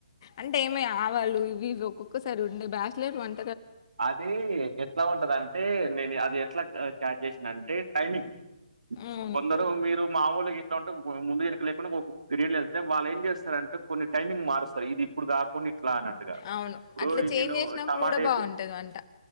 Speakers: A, on the left (about 40°); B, on the right (about 75°).
A: అంటే ఏమి ఆవాలు ఇవి ఒ ఒక్కసారి ఉండే బ్యాచలర్ వన్
B: అది ఎట్లా ఉంటద అంటే నేను అది ఎట్ల క్యాచ్ జేసినా అంటే టైమింగ్
A: అవును
B: కొందరు మీరు మామూలుగా ఇట్ల ఉంటే ముందుకు లేకుండా ఒక పిరియడ్ వెళ్తే వాళ్ళు ఏం చేస్తారండి అంటే కొన్ని టైమింగ్ మారుస్తారు ఇది ఇప్పుడు కా కొన్ని అట్లా అన్నట్టుగా
A: అవును
B: ఇప్పుడు
A: అట్లా చేంజ్
B: నేను
A: చేసినప్పుడు
B: టమాటా
A: కూడా
B: ఎ
A: బాగుంటది వంట